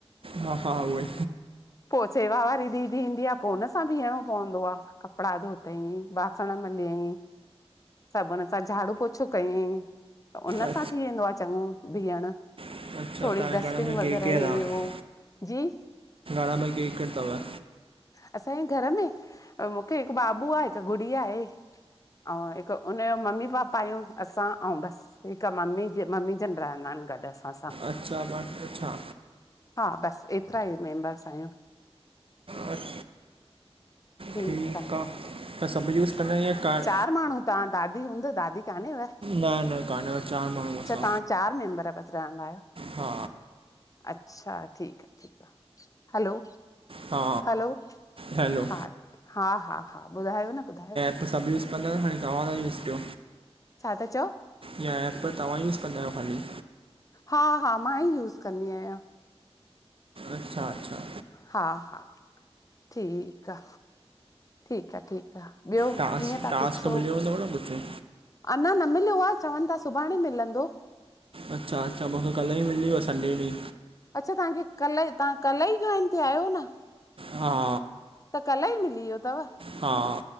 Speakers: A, on the right; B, on the left.
A: हा हा उ ई
B: पो सेवा वारी दीदी ईंदी आ पो हुन सां बीहणो पवंदो आ। कपड़ा धोतई बासण म लयई सभन सां झाड़ू पोछो कयई त उसां
A: अच्छा
B: थी वेंदो आ चॻो बीहण।
A: अच्छा
B: थोड़ी
A: तव्हांजे
B: डस्टिंग
A: घर में केरु
B: वग़ैरह
A: केरु
B: हे
A: आहे
B: उ जी।
A: घर में केरु केरु
B: असांये घर में मूंखे हिकु बाबू आ हिक गुड़िया आहे। अउं हिक हुनयो मम्मी पापा आहियूं असां ऐं बस। हिक मम्मी जे मम्मी जन रहंदा आहिन गॾ असां सां।
A: अच्छा बस अच्छा
B: हा बस एतिरा ई मेंबर्स आहियूं।
A: बस
B: ठीकु
A: ठीक
B: आहे
A: आ तां सब यूस कंदा कार
B: हर माण्हू तव्हां दादी हूंदो दादी कान्हे व?
A: न न कान्व चार माण्हू असां।
B: तव्हां चार मेंबर बस रहंदा आहियो?
A: हा
B: अच्छा ठीक आ ठीक आ हलो।
A: हा
B: हलो
A: हलो
B: हा हा हा हा ॿुधायो न ॿुधायो।
A: त सब यूज़ कंदा आयो तव्हांजा घर वारा यूज़ कयो।
B: छा ता चओ?
A: इहा एप तव्हां यूज़ कंदा आहियो ख़ाली?
B: हा हा मां ई यूज़ कंदी आहियां।
A: अच्छा अच्छा
B: हा हा ठीक आ ठीक आ ठीक आ। ॿियो
A: टास्क
B: कीअं त
A: टास्क
B: पुछो।
A: मिलियो हूंदव न कुझु
B: अञा न मिलयो आ चवन त सुभाणे मिलंदो।
A: अच्छा अच्छा मूंखे कल्ह ई मिली वियो संडे ॾि।
B: अच्छा तव्हांखे कल्ह ई तव्हां कल्ह ई जॉइन थ्या आहियो न?
A: हा
B: त कल ई मिली वियो तव।
A: हा